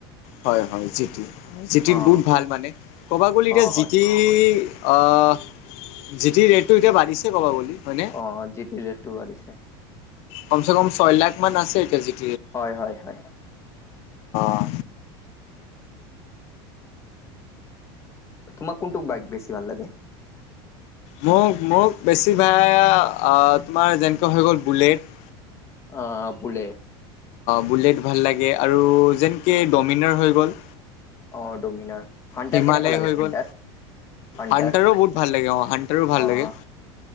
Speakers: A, on the left (about 50°); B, on the left (about 20°).
A: হয় হয় জিটি জিটিৰ
B: অ'
A: বহুত ভাল মানে কবা গ'লে এতিয়া
B: অ' হয়
A: জি টি অহ জিটি ৰেটটো এতিয়া বাঢ়িছে কব গলে হয় নে?
B: অঁ জিটি ৰে'টটোও বাঢ়িছে।
A: কমছে কম ছয় লাখ মান আছে এতিয়া জিটি
B: হয় হয় হয়।
A: অ
B: তোমাক কোনটোক বাইক বেছি ভাল লাগে?
A: মোক মোক বেছি ভাল তোমাৰ যেনেকৈ হৈ গ'ল বুলেট।
B: আ বুলেট
A: বুলেট ভাল লাগে আৰু যেনকে ডমিনাৰ হৈ গ'ল।
B: অ' ডমিনাৰ। হান্টাৰ
A: হিমালেয়
B: কেনেকা লাগে
A: হৈ
B: হান্টাৰ
A: গ'ল,
B: হান্টাৰ
A: হাণ্টাৰো বহুত ভাল লাগে অ' হাণ্টাৰো ভাল
B: অ'
A: লাগে।